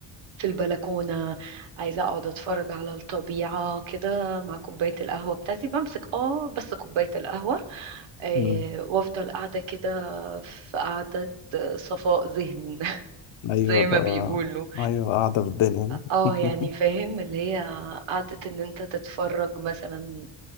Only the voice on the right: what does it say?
في البلكونة عايزة اقعد اتفرج على الطبيعة كده مع كوباية القهوة بتاعتي بمسك اه بس كوباية القهوة آه
وافضل قاعدة كده في قعدة صفاء ذهن <laughs>
زي
ما بيقولوا
اه
يعني فاهم اللي هي قعدة ان انت تتفرج مثلا